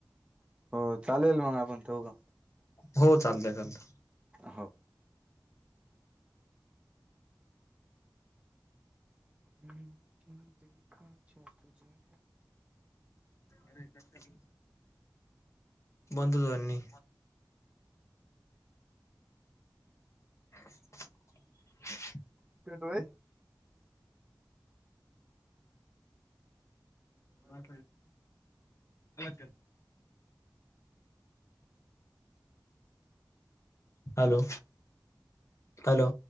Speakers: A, on the right (about 15°); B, on the left (about 40°).
A: हो चालेल मग आपण ठेवू का?
B: हो चालतय चालत
A: ह हम्म देखाछ तुझे
B: अरे क बंदधनी <unintelligible>
A: कटोय
B: ब चल हॅलो हॅलो